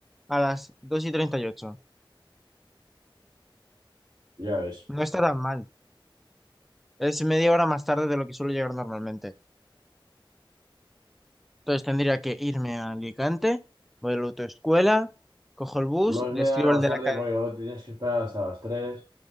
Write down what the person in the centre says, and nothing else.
a las 2 y treinta y ocho
No está tan mal. Es media hora más tarde de lo que suelo llegar normalmente. Entonces tendría que irme a Alicante, voy a la autoescuela, cojo el bus,
le
escribo
al de
la academia.